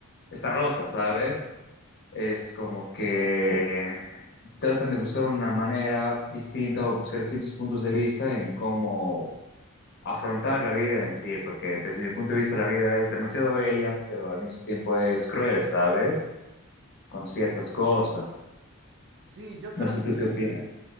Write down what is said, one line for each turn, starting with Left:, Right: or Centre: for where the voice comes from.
Left: está rota, ¿sabes? Es como que tratan de buscar una manera distinta o buscar distintos puntos de vista en cómo afrontar la vida en sí, porque desde mi punto de vista la vida es demasiado bella, pero al mismo tiempo es cruel, ¿sabes? Con ciertas cosas.
Right: Sí, yo creo
Left: No sé
Right: que
Left: tú qué opinas.